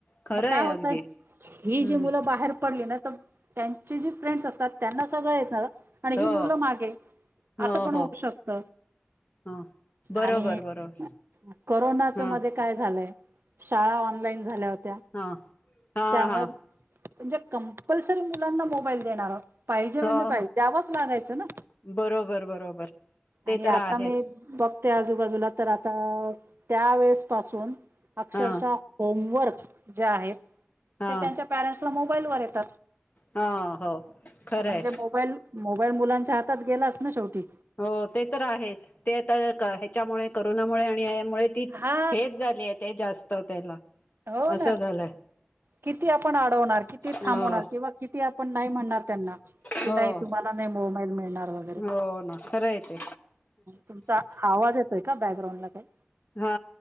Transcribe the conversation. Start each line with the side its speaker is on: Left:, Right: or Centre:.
Left: खरं
Right: काय
Left: आहे
Right: होत
Left: अगदी हम्म
Right: ह ज मु बाहेर पडली ना तर त्यांचे जे फ्रेंड्स असतात त्यांना सगळं येत ना आणि ही
Left: हो
Right: मुलं मागे
Left: हो
Right: असं पण
Left: हो
Right: होऊ शकत
Left: ह बरोबर
Right: आणि
Left: बरोबर
Right: कररोनाच
Left: हा
Right: मध्ये काय झा शाळा ऑनलाइन झाल्यात
Left: हा हा
Right: त्यामुळे
Left: हा
Right: म्हणजे कंपल्सरी मुलांना मोबाईल देणार पाहिजे म्हणजे
Left: हो
Right: पाहिजे
Left: हो
Right: आवाच लागायचं ना
Left: बरोबर बरोबर ते
Right: आणि
Left: तर
Right: आ
Left: आहेच
Right: आता मी बघते आजूबाजूला तर आता त्यावेेळेस पासून अक्षरशः
Left: हा
Right: होमवर्क जे आहेत
Left: हा
Right: ते त्यांच्या पॅरेंट्सला मोबाईल वर आहेत
Left: हा हो खरंय
Right: म्हणजे मोबाईल मोबाईल मुलांच्या हातात गेलाच ना शेवटी
Left: हो ते तर आहेच ते आ ह्याच्यामुळे करोनामुळे आणि मुळे ती
Right: हा
Left: हेच झाली आहे ते जास्त त्याला
Right: हो ना
Left: असं झालंय
Right: किती आपण अडवणार किती थांबवणार
Left: हो
Right: किंवा किती आपण नाही म्हणणार त्यांना कि
Left: हो
Right: नाही तुम्हाला नाही मोबाईल मिळणार वगैरे
Left: हो ना खरं आहे ते
Right: तुमचा आवाज येतोय का बॅकग्राउंड ला काही
Left: हा